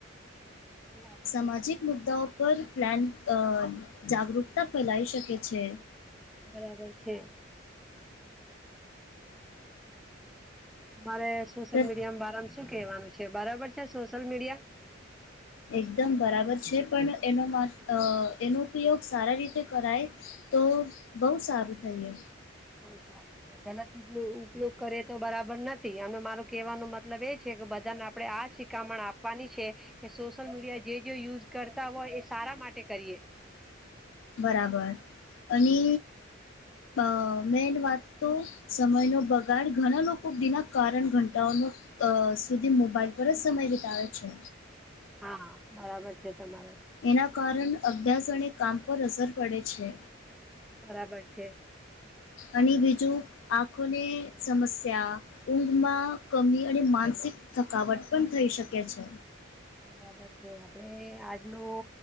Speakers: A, in the centre; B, on the left.
A: એટલે આપણે
B: સામાજિક મુદ્દાઓ પર પ્લાન અ જાગૃકતા ફેલાઈ શકે છે.
A: બરાબર છે. મારે સોશિયલ
B: પ્ર
A: મીડિયા બરામાં શું કેવાનું છે? બરાબર છે સોશિયલ મીડિયા?
B: એકદમ બરાબર છે, પણ એનો મત અ એનો ઉપયોગ સારા રીતે કરાય. તો, બહુ સારું થઈએ.
A: બહુ ચાન્સ છે ગલત ઉપ ઉપયોગ કરે તો બરાબર ન થી, અને મારો કહેવાનો મતલબ એ છે, કે બધાને આપડણે આ શિકામણ આપ વાની છે, કે સોશિયલ મીડિયા જે જે યુઝ કરતા હોય એ સારા માટે કરીએ.
B: બરાબર, અને
A: છે.
B: અ મેન વાત તો, સમયનો બગાડ, ઘણા લોકો વિના કારણ ઘંટાઓનો અ સુધી મોબાઈલ પર જ સમય વિતાવે છે.
A: હા હા બરાબર છે, તમારા.
B: એના કારણ અભ્યાસ અણે કામ પર અસર પડે છે.
A: બરાબર છે.
B: અને બીજું આંખોને સમસ્યા ઊંઘમાં કમી અને માનસિક થકાવટ પણ થઈ શકે છે.
A: બરાબર છે આપે આજનો